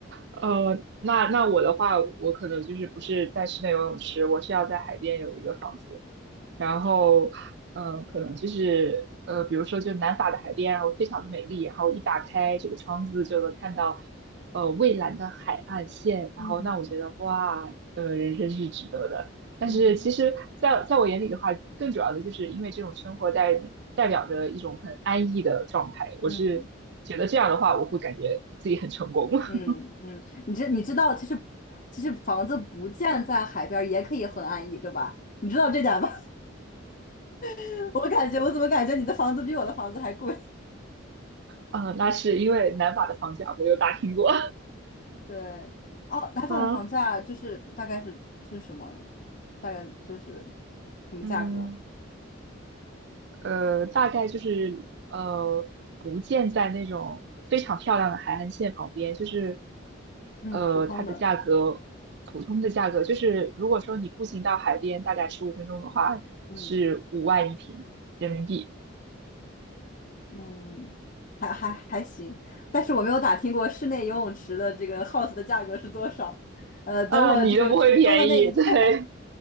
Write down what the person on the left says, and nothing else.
<laughs>
嗯
嗯
嗯嗯，你知你知道其实其实房子不建在海边儿也可以很安逸，对吧？你知道这点吧？<laughs> 我感觉我怎么感觉你的房子比我的房子还贵？
对，哦，打法的房价就是大概是是什么呢？
大概就是什么价格？
嗯，
普通的，
嗯
嗯，还还还行，但是我没有打听过室内游泳池的这个 house 的价格是多少。呃，等我这个成功的那一天，